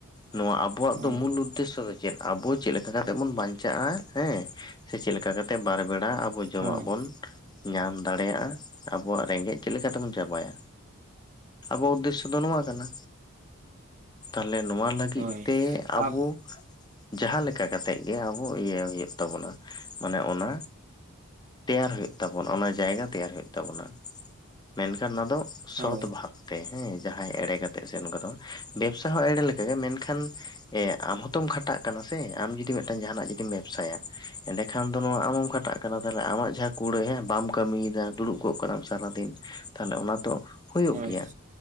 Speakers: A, on the left (about 20°); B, on the right (about 35°).
A: ᱱᱚᱣᱟ ᱟ ᱵᱚᱣᱟᱜ
B: ᱦᱳᱭ
A: ᱫᱚ ᱢᱩᱞ ᱩᱫᱽᱫᱮᱥᱥᱚ ᱫᱚ ᱪᱮᱫ ᱟᱵᱚ ᱪᱮᱫ ᱞᱮᱠᱟ ᱠᱟᱛᱮᱜ ᱵᱚᱱ ᱵᱟᱧᱪᱟᱜᱼᱟ ᱦᱮᱸ ᱥᱮ ᱪᱮᱫ ᱞᱮᱠᱟ ᱠᱟ ᱛᱮ ᱵᱟᱨ ᱵᱮᱲᱟ ᱟᱵᱚ ᱡᱚᱢᱟᱜ
B: ᱦᱳᱭ
A: ᱵᱚᱱ ᱧᱟᱢ ᱫᱟᱲᱮᱭᱟᱜᱼᱟ ᱟᱵᱚᱣᱟᱜ ᱨᱮᱸᱜᱮᱡ ᱪᱮᱫ ᱞᱮᱠᱟ ᱛᱮᱵᱚᱱ ᱪᱟᱵᱟᱭᱟ ᱟᱵᱚ ᱩᱫᱽᱫᱮᱥᱥᱚ ᱫᱚ ᱱᱚᱣᱟ ᱠᱟᱱᱟ᱾ ᱛᱟᱦᱚᱞᱮ ᱱᱚᱣᱟ ᱞᱟᱹᱜᱤᱫ
B: ᱦᱳᱭ
A: ᱛᱮ ᱟᱵᱚ
B: ᱟᱵ
A: ᱡᱟᱦᱟᱸ ᱞᱮᱠᱟ ᱠᱟᱛᱮᱜ ᱜᱮ ᱟᱵᱚ ᱤᱭᱟᱹ ᱦᱩᱭᱩᱜ ᱛᱟᱵᱚᱱᱟ᱾ ᱢᱟᱱᱮ ᱚᱱᱟ ᱛᱮᱭᱟᱨ ᱦᱳᱭᱳᱜ ᱛᱟᱵᱚᱱᱟ ᱚᱱᱟ ᱡᱟᱭᱜᱟ ᱛᱮᱭᱟᱨ ᱦᱳᱭᱳᱜ ᱛᱟᱵᱚᱱᱟ ᱢᱮᱱ ᱠᱷᱟᱱ ᱚᱱᱟ ᱫᱚ
B: ᱦᱳᱭ
A: ᱥᱚᱛ ᱵᱷᱟᱵᱽ ᱛᱮ ᱦᱮᱸ ᱡᱟᱦᱟᱸᱭ ᱮᱲᱮ ᱠᱟᱛᱮᱫ ᱥᱮ ᱱᱚᱠᱟ ᱫᱚ ᱵᱮᱵᱥᱟ ᱦᱚᱸ ᱮᱲᱮ ᱞᱮᱠᱟ ᱜᱮ ᱢᱮᱱ ᱠᱷᱟᱱ ᱮ ᱟᱢ ᱦᱚᱛᱚᱢ ᱠᱷᱟᱴᱟᱜ ᱠᱟᱱᱟ ᱥᱮ ᱟᱢ ᱡᱩᱫᱤ ᱢᱮᱫ ᱴᱟᱝ ᱡᱟᱦᱟᱱᱟᱜ ᱡᱩᱫᱤᱢ ᱵᱮᱵᱥᱟᱭᱟ ᱮᱸᱰᱮ ᱠᱷᱟᱱ ᱫᱚ ᱱᱚᱣᱟ ᱟᱢᱮᱢ ᱠᱷᱟᱴᱟᱜ ᱠᱟᱱᱟ ᱛᱟᱦᱚᱞᱮ ᱟᱢᱟᱜ ᱡᱟᱦᱟᱸ ᱠᱩᱲᱟᱹᱭ ᱦᱮ ᱵᱟᱢ ᱠᱟᱹᱢᱤ ᱮᱫᱟ ᱫᱩᱲᱩᱵ ᱠᱚᱸᱜ ᱠᱟᱱᱟᱢ ᱥᱟᱨᱟ ᱫᱤᱱ ᱛᱟᱦᱚᱞᱮ ᱚᱱᱟ ᱛᱚ ᱦᱩᱭᱩᱜ
B: ᱦᱳᱭ
A: ᱜᱮᱭᱟ